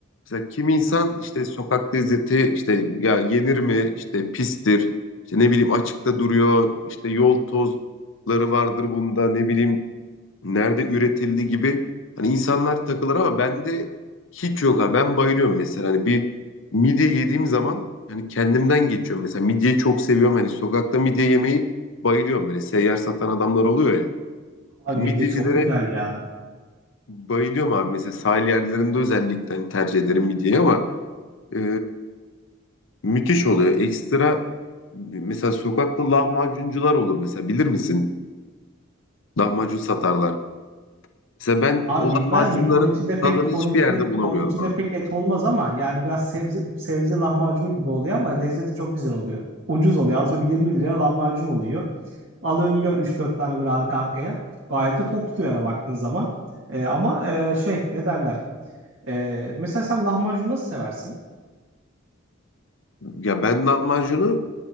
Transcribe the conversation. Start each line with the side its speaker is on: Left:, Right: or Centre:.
Left: Mesela kim insan işte sokak lezzeti işte ya yenir mi işte pistir. İşte ne bileyim açıkta duruyor işte yol tozları vardır bunda ne bileyim nerede üretildi gibi hani insanlar takılır ama bende hiç yok ha. Ben bayılıyorum mesela hani bir midye yediğim zaman hani kendimden geçiyorum. Mesela midyeyi çok seviyorum. Hani sokakta midye yemeyi bayılıyorum böyle seyyar satan adamlar oluyor ya.
Right: Abi
Left: Yani
Right: midye
Left: midyecilere
Right: çok güzel ya.
Left: bayılıyorum abi. Mesela sahil yerlerinde özellikle hani tercih ederim midyeyi ama e, müthiş oluyor. Ekstra mesela sokakta lahmacuncular olur mesela bilir misin? Lahmacun satarlar. Mesela ben
Right: Abi
Left: o
Right: bilmez
Left: lahmacunların
Right: miyim? Onun içinde
Left: tadını
Right: pek onun
Left: hiçbir
Right: içinde
Left: yerde bulamıyorum
Right: onun içinde
Left: abi.
Right: pek et olmaz ama yani biraz sebze sebze lahmacunu gibi oluyor ama lezzeti çok güzel oluyor. Ucuz oluyor. Atıyorum 20 liraya lahmacun oluyor. Alıyorsun yiyorsun üç dört tane böyle arka arkaya. Gayet de tok tutuyor yani baktığın zaman. Ee, ama e, şey ne derler? Ee, mesela sen lahmacun nasıl seversin?
Left: Ya ben lahmacunu